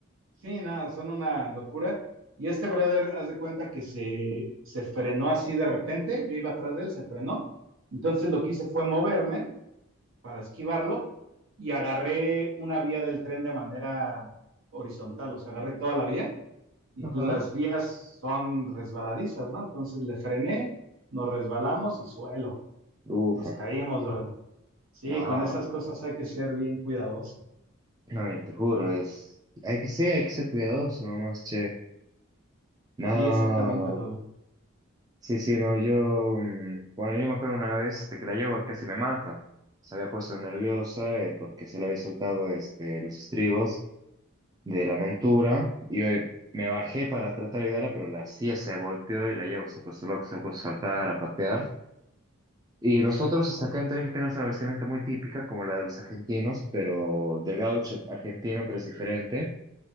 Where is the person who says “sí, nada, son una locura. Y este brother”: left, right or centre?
Right